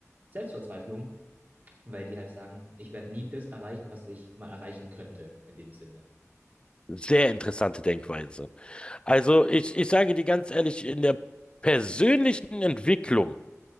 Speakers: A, on the right; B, on the left.
A: Selbstverzweiflung, weil die halt sagen, ich werde nie das erreichen, was ich mal erreichen könnte, in dem Sinne.
B: Sehr interessante Denkweise. Also ich, ich sage dir ganz ehrlich, in der persönlichen Entwicklung